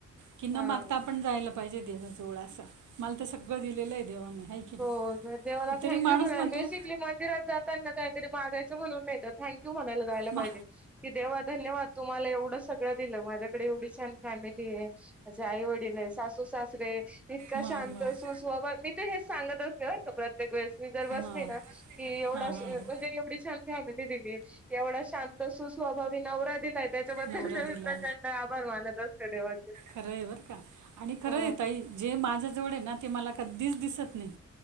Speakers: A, on the right; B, in the centre.
A: की न
B: हा.
A: मागता आपण जायला पाहिजे देवाजवळ असं. मला तर सगळं दिलेलं आहे देवाना आहे कि
B: हो
A: नाही
B: ज- देवाला थँक्यू
A: तरी माणूस
B: म्हणायला
A: म्हणतो
B: बेसिकली
A: म
B: मंदिरात जाताना काहीतरी मागायचं म्हणून नाहीत थँक्यु म्हणायला जायला
A: मा
B: पाहिजे की तेव्हा धन्यवाद तुम्हाला एवढं सगळं दिलं माझ्याकडे एवढी छान फॅमिली आहे माझे आई वडील आहे सासू सासरे इतका
A: मग
B: शांत
A: मग
B: सुसवा मी तर हेच सांगत असते प्रत्ये प्रत्येक वेळेस जर बसली
A: मग
B: ना की एवढा
A: हा हा
B: म्हणजे
A: हा.
B: एवढी छान फॅमिली दिली एवढा शांत सुस्वभावी नवरा दिला. त्याच्याबद्दल
A: नवरा
B: त
A: दिला
B: मी प्रचंड आभार मानत असते देवाचे.
A: खरं आहे बरं का आणि खरं
B: अ
A: आहे ताई जे माझ्या जवळ आहे ना ते मला कधीच दिसत नाही.